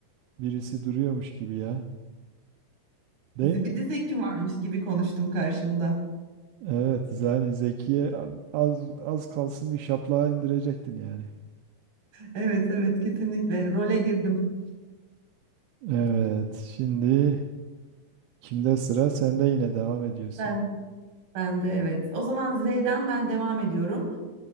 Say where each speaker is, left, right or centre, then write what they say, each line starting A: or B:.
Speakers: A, on the right; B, on the right.
A: birisi duruyormuş gibi ya.
B: <laughs>
A: Değil
B: Zibidi
A: mi?
B: Zeki varmış gibi konuştum karşımda.
A: Evet, yani Zekiye az az kalsın bir şaplağa indirecektin yani.
B: Evet evet kesinlikle role girdim.
A: Evet, şimdi kimde sıra? Sen de yine devam ediyorsun.
B: Ben Ben de evet. O zaman Z'den ben devam ediyorum.